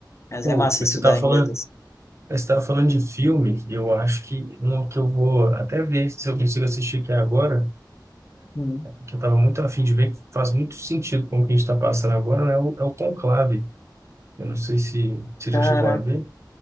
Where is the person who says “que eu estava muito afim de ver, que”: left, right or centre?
Right